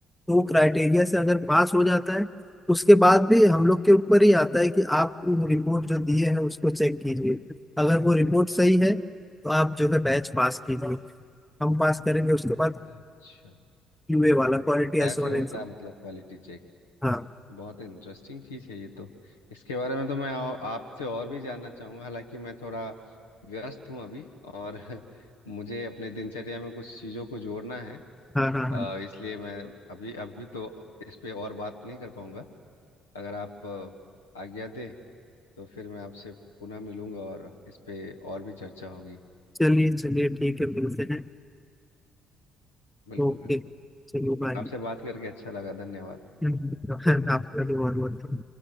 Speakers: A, in the centre; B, on the left.
A: वो क्राइटेरिया से अगर पास हो जाता है उसके बाद भी हम लोग के ऊपर ही आता है कि आप वो रिपोर्ट जो दिए हैं उसको चेक कीजिए अगर वो रिपोर्ट सही है तो आप जो है बैच पास कीजिए हम पास करेंगे उसके बाद
B: अच्छा
A: क्यूए वाला क्वालिटी
B: ऐसे
A: एश्योरेंस
B: होता है मतलब क्वालिटी चेक
A: हाँ
B: बहुत इंटरेस्टिंग चीज़ है ये तो इसके बारे में तो मैं औ- आपसे और भी जानना चाहूंगा हालांकि मैं थोड़ा व्यस्त हूँ अभी और <laughs> मुझे अपने दिनचर्या में कुछ चीज़ों को जोड़ना है
A: हाँ हाँ
B: अ,
A: हाँ
B: इसलिए मैं अभी अभी तो इस पे और बात नहीं कर पाऊंगा अगर आप अ, आज्ञा दें तो फिर मैं आपसे पुनः मिलूंगा और इस पे और भी चर्चा होगी
A: चलिए चलिए ठीक है मिलते हैं
B: बिल्कुल
A: ओके
B: बिल्कुल
A: चलिए बाय
B: आपसे
A: <laughs>
B: बात करके अच्छा लगा धन्यवाद
A: आपका भी बहुत बहुत